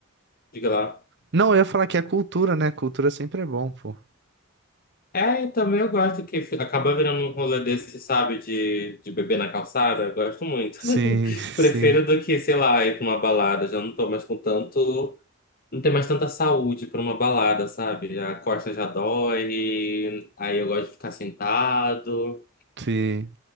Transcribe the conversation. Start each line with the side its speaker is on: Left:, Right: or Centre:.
Left: Diga lá.
Right: Não, eu ia falar que é cultura, né? Cultura sempre é bom, pô.
Left: É, e também eu gosto que fi- acaba virando um rolê desse, sabe, de, de beber na calçada. Eu gosto muito.
Right: Sim,
Left: <laughs>
Right: <laughs> sim,
Left: Prefiro do que, sei lá, ir pra uma balada. Já não tô mais com tanto. Não tem mais tanta saúde pra uma balada, sabe? A costa já dói, aí eu gosto de ficar sentado.
Right: sim.